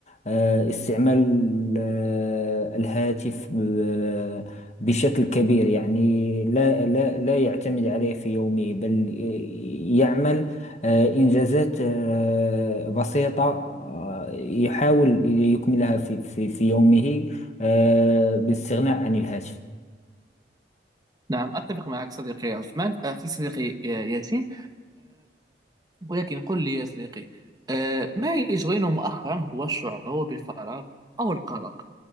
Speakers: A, on the left (about 40°); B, on the right (about 20°).
A: آه، استعمال آه، الهاتف آه، بشكل كبير يعني لا لا لا يعتمد عليه في يومه بل آه، يعمل آه، إنجازات آه، بسيطة آه، يحاول يكملها في في في يومه آه، بالاستغناء عن الهاتف
B: نعم أتفق معك صديقي عثمان آه، صديقي ياسين ولكن قل لي يا صديقي آه، ما يشغلنا مؤخرا هو الشعور بالفراغ أو القلق